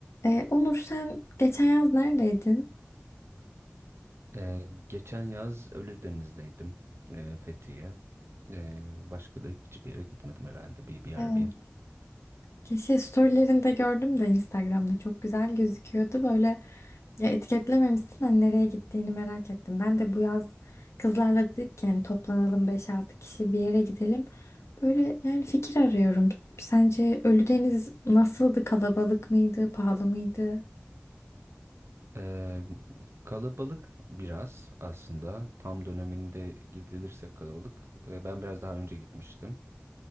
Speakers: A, on the left; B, on the right.
A: Ee, Onur sen geçen yaz neredeydin?
B: Ee, geçen yaz Ölüdeniz'deydim, ee, Fethiye. Ee, başka da hiçbir yere gitmedim herhalde bir, bir ara
A: Evet.
B: bir.
A: Ki Şey storylerinde gördüm de Instagram'da çok güzel gözüküyordu. Böyle ya etiketlememişsin hani nereye gittiğini merak ettim. Ben de bu yaz kızlarla dedik ki yani toplanalım beş altı kişi bir yere gidelim. Böyle yani fikir arıyorum. Sence Ölüdeniz nasıldı? Kalabalık mıydı? Pahalı mıydı?
B: Ee, kalabalık biraz aslında. Tam döneminde gidilirse kalabalık. Ee, ben biraz daha önce gitmiştim.